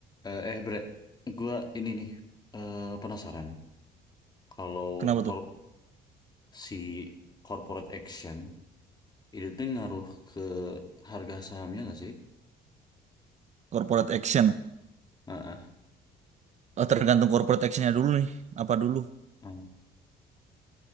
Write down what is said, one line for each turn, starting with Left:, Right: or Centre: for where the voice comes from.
Left: Eh, eh, Bre, gue ini nih eh, penasaran kalau
Right: Kenapa
Left: kor-
Right: tuh?
Left: si corporate action itu tuh ngaruh ke harga sahamnya nggak sih?
Right: Corporate action.
Left: Heeh.
Right: Oh, tergantung corporate actionnya dulu nih. Apa dulu?
Left: Hmm.